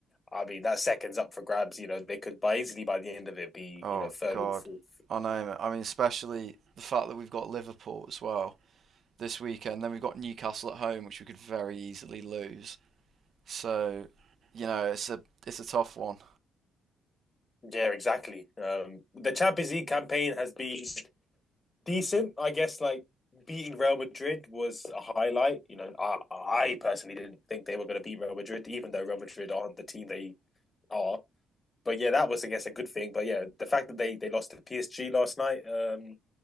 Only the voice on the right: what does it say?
Oh
God,
I know. mate. I mean, especially the fact that we've got Liverpool as well this weekend. Then we've got Newcastle at home, which we could very easily lose. So, you know, it's a it's a tough one.